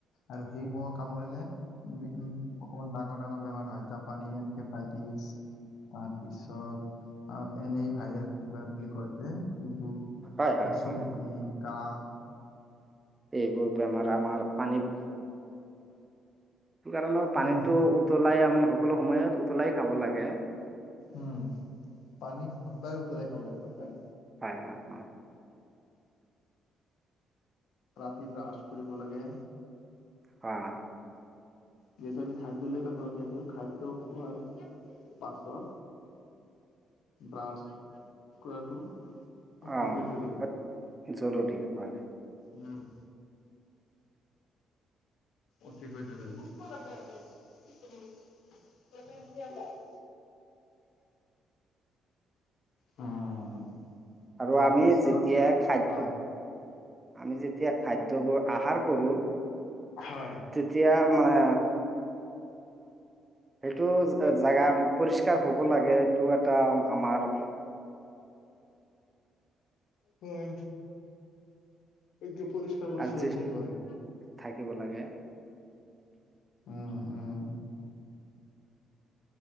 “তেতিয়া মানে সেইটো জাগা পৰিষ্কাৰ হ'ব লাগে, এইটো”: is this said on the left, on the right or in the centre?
Right